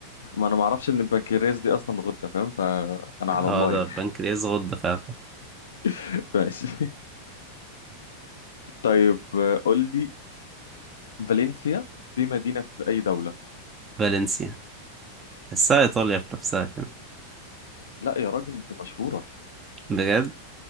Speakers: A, on the left (about 65°); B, on the right (about 20°).
A: ما انا ما اعرفش ان البنكرياس دي اصلا غده فاهم فانا على
B: اه
A: الله
B: ده
A: يعني
B: بنكرياس غدة فعلا
A: <laughs> ماشي طيب آه، قول لي فالنسيا دي مدينه في اي دوله
B: فالنسيا تحسها إيطاليا في نفسها كده
A: لا يا راجل دي مشهوره
B: بجد